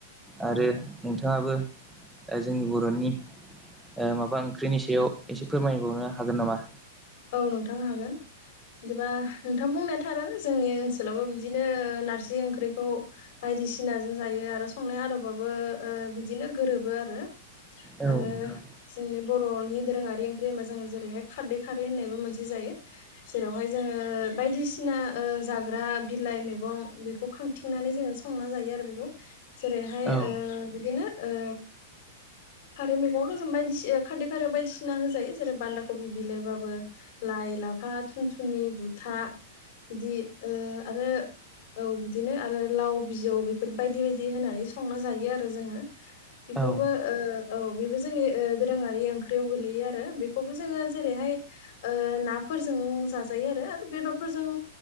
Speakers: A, in the centre; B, on the left.
A: आरो नोंथाङाबो दा जोंनि बर'नि ओ माबा ओंख्रिनि सायाव एसे फोरमायबावनो हागोन नामा?
B: औ नोंथां हागोन। बिदिबा नोंथां बुंनाय थारोन जोंनि ओनसोलावबो बिदिनो नारजि ओंख्रिखौ बायदिसिनाजों जायो आरो संनाय आदबाबो ओ बिदिनो गोरोबो आरो
A: औ
B: आरो
A: नोंथां
B: जोंनि बर'नि दोरोङारि ओंख्रि होनबा जोडों जेरैहाय खारदै खारै होननायबो मोनसे जायो। जेरावहाय जोङो बायदिसिना ओ जाग्रा बिलाइ मैगं बे बेखौ खांथिंनानै जोङो संना जायो आरो बेखौ जेरैहाय
A: औ
B: बिदिनो औ। खारै मैगंथ' जों बायदिसिना खारदै खारियाव बायदिसिना होजायो जेरै बान्दा कबि बिलाइबाबो। लाइ, लाफा, थुन -थनि, बुथा बिदि ओ आरो औ बिदिनो आरो लाव बिजौ बेफोर बायदि बायदि होनानै संना जायो आरो जोङो। बेखौबो
A: औ
B: ओ औ बेबो जोंनि दोरोङारि ओंख्रियाव गोगलैयो आरो बेखौबो जोङो जेरैहाय ओ नाफोरजों जाजायो आरो आरो बेदरफोरजों